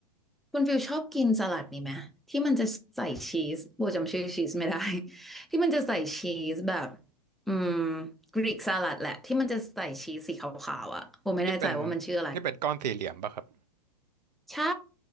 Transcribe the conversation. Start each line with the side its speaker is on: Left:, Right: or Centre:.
Centre: คุณฟิลชอบกินสลัดนี่ไหมที่มันจะใส่ชีสโบจำชื่อชีสไม่ได้ <laughs> ที่มันจะใส่ชีสแบบอืมกรีกสลัดแหละที่มันจะใส่ชีสสีขาวๆอ่ะโบไม่แน่ใจว่ามันชื่ออะไร
Right: ที่เป็นที่เป็นก้อนสี่เหลี่ยมป่ะครับ
Centre: ใช่